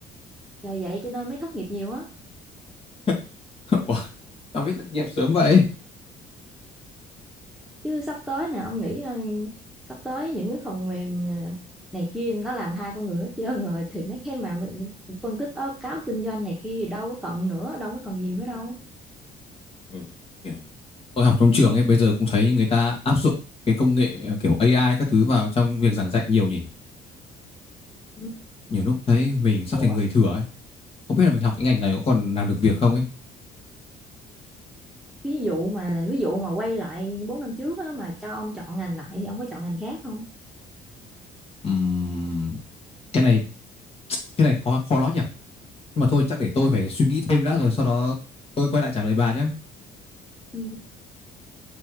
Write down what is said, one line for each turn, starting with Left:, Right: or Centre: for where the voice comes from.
Centre: Nhờ vậy cho nên mới thất nghiệp nhiều á
Left: <laughs> Ủa, tao biết thất nghiệp sớm vậy?
Centre: chứ sắp tới nè ông nghĩ ờ, sắp tới những cái phần mềm ờ, này kia nó làm thay con người hết trơn rồi thì mấy cái mà phân tích báo cáo kinh doanh này kia thì đâu có còn nữa đâu có còn nhiều nữa đâu
Left: Ừ. Hiểu. tôi học trong trường ấy bây giờ cũng thấy người ta áp dụng cái công nghệ ờ, kiểu AI các thứ vào trong việc giảng dạy nhiều nhỉ
Centre: ừ.
Left: nhiều lúc thấy mình sắp thành
Centre: Ủa,
Left: người thừa ấy không biết là mình học cái ngành này có còn làm được việc không ấy
Centre: ví dụ mà ví dụ mà quay lại 4 năm trước á, mà cho ông chọn ngành lại thì ông có chọn ngành khác không
Left: Ừm, cái này cái này khó khó nói nhỉ nhưng mà thôi chắc để tôi phải suy nghĩ thêm đã rồi sau đó tôi quay lại trả lời bà nhé
Centre: ừ,